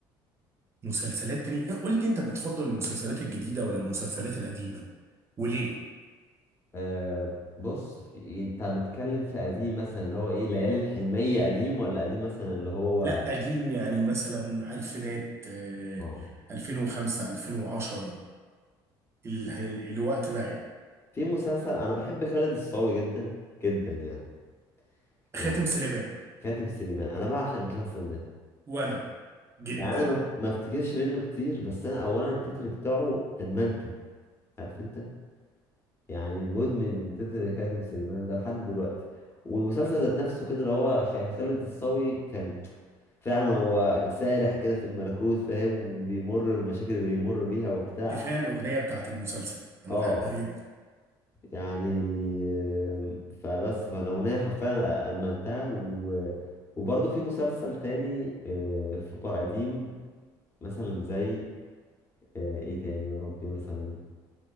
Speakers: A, on the right; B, on the left.
A: مسلسلات تاني قول لي انت بتفضل المسلسلات الجديدة ولا المسلسلات القديمة وليه؟
B: آه بص في إيه- انت بتتكلم في قديم مثلا اللي هو ايه ليالي الحلمية قديم ولا قديم مثلا اللي هو
A: لا قديم يعني مثلا ألفينات آه،
B: اه
A: 2005 2010 ال- ال- الوقت ده يعني
B: في مسلسل انا بحب خالد الصاوي جدا جدا يعني يعني
A: خاتم سليمان
B: كاتب سليمان انا بعشق المسلسل ده
A: وأنا جدا
B: يعني انا ما ما افتكرش منه كتير بس انا اولا التتر بتاعه ادمنته عارف انت يعني مدمن تتر خاتم سليمان ده لحد دلوقتي والمسلسل ذات نفسه كده اللي هو خ- خالد الصاوي كان فعلا هو سارح كده في الملكوت فاهم وبيمر بالمشاكل اللي بيمر بيها وبتاع
A: كفاية الأغنية بتاعت المسلسل أنا
B: اه
A: بحبها جدا
B: يعني آم، فبس فالاغنيه حرفيا ادمنتها و... وبرضه في مسلسل تاني آه، في قديم مثلا زي آه، ايه تاني يا ربي مثلا